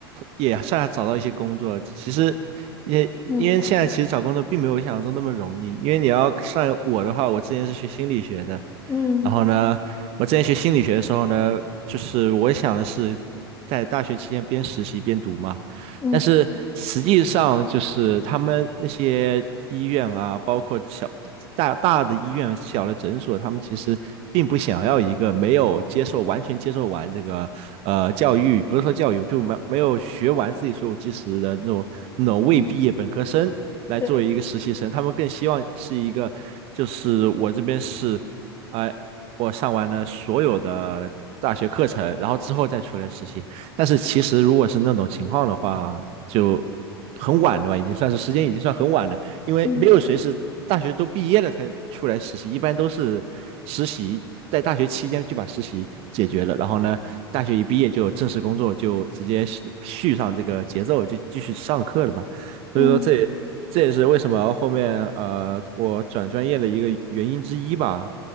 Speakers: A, on the right; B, on the left.
A: 也算找到一些工作。其实也因为现在其实找工作并没有想象中那么容易，
B: <laughs> 嗯
A: 因为你要算我的话，我之前是学心理学的，
B: 嗯
A: 然后呢，我之前学心理学的时候呢，就是我想的是在大学期间边实习边读嘛。
B: 嗯
A: 但是实际上就是他们那些医院啊，包括小大大的医院、小的诊所，他们其实并不想要一个没有接受完全接受完这个呃教育，不是说教育，就没没有学完自己所有知识的那种那种未毕业本科生来作为一个实习生，
B: 嗯，对，
A: 他们更希望是一个就是我这边是。呃，我上完了所有的大学课程，然后之后再出来实习。但是其实如果是那种情况的话，就很晚了吧，已经算是时间已经算很晚了，因为没有谁是大学都毕业了才出来实习，
B: 嗯
A: 一般都是实习在大学期间就把实习解决了，然后呢，大学一毕业就有正式工作，就直接续续上这个节奏，就继续上课了嘛。所以说这也这也是为什么后面呃我转专业的一个原因之一吧，
B: 嗯。